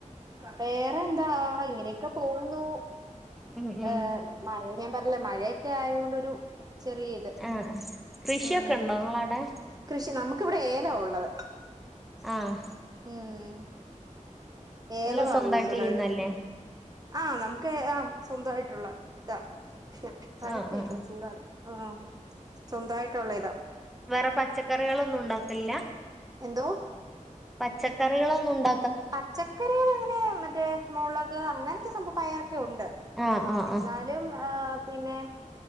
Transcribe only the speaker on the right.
വേറെ എന്താ ഇങ്ങനെയൊക്കെ പോവുന്നു
ഏഹ് മഴ ഞാൻ പറഞ്ഞില്ലേ മഴയൊക്കെ ആയാണ്ടൊരു ചെറിയ ഇത്
ഉം
കൃഷി നമുക്കവിടെ ഏലള്ളത്
ഉം ഏലവാ
കൂടുതലായിട്ട്
ആഹ് നമക്ക് ആഹ് സ്വന്തായിട്ടുള്ള താ തണ്ത്തിരിക്കാ
ചൂടാ ആഹ് സ്വന്തായിട്ടുള്ള ഇതാ
എന്തോ
പച്ചക്കറിൽ അങ്ങനെ മറ്റേ മുളക് അങ്ങനത്തെ സംഭ പയർക്കെ ഉണ്ട്.
എന്നാലും
ആഹ് പിന്നെ